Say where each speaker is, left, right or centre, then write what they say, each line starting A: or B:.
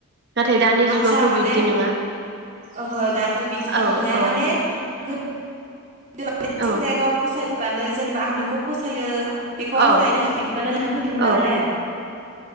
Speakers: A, on the right; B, on the right.
A: नाथाय दानि जुगावथ'
B: आदसा माने
A: बिब्दि नङा
B: ओहो दाथ' बिदि खालामनो
A: औ
B: हाया
A: औ
B: माने गो गोनि
A: औ
B: सेंग्राया गाव फसायब्लानो जेनेबा आं बा बेखौ फसायो बेखौ
A: औ
B: आंनो लायना होफै इदिबानो लायना होफैयोमोन
A: औ
B: आरो ने